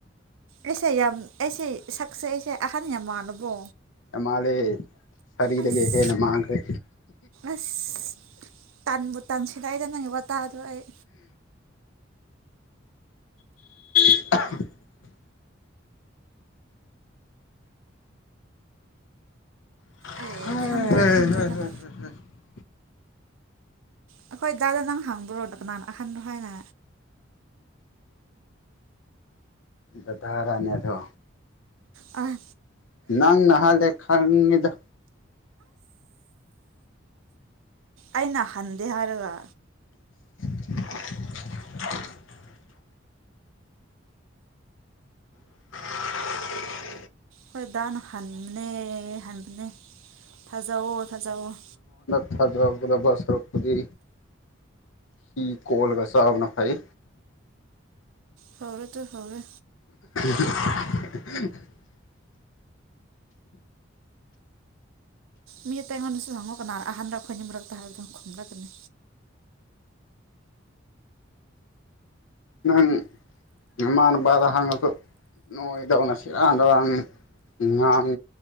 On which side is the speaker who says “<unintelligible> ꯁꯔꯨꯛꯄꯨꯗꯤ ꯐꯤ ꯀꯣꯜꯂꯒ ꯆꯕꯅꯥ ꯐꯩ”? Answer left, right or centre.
Left